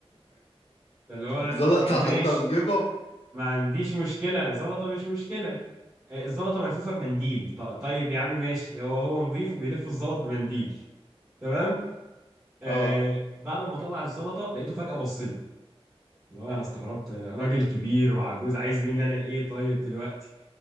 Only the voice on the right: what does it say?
فاللي هو
ماشي
ما عنديش مشكلة زلطة مش مشكلة آه، الزلطة ملفوفة بمنديل ط- طيب يا عم ماشي هو هو نظيف وبيلف الزلط بمنديل تمام آه
بعد ما طلع الزلطة لقيته فجأة بص لي اللي هو أنا استغربت آه، راجل كبير وعجوز عايز مني أنا إيه طيب دلوقتي